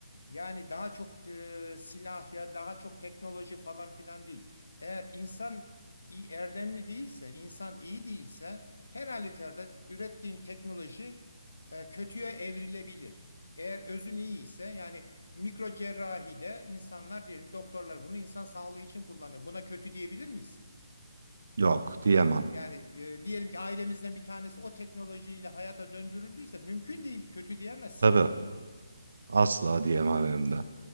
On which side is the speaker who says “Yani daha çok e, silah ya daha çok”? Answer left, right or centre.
Left